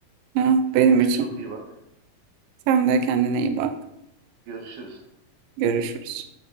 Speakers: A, on the right (about 90°); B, on the right (about 60°).
A: Ha,
B: Kendine
A: benim için.
B: çok iyi bak.
A: Sen de kendine iyi bak.
B: Görüşürüz.
A: Görüşürüz.